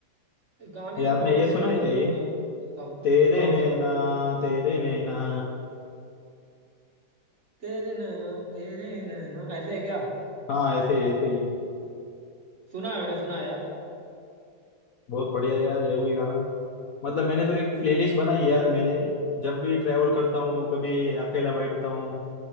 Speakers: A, on the right (about 40°); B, on the left (about 55°).
A: गाने
B: ये
A: यार
B: आपने
A: बहुत
B: ये
A: जबरदस्त
B: सुना है
A: जबरदस्त
B: क्या ये
A: मैं सुनता हूँ
B: तेरे
A: कौन
B: नैना
A: सा
B: तेरे नैना
A: तेरे नैना तेरे नैना ऐसे है क्या
B: हाँ ऐसे ही ऐसे ही
A: सुना है मैंने सुना है यार
B: बहुत बढ़िया यार ये भी गाना मतलब मैंने तो एक प्लेलिस्ट बनाई है यार मेरे जब भी ट्रैवल करता हूँ कभी अकेला बैठता हूँ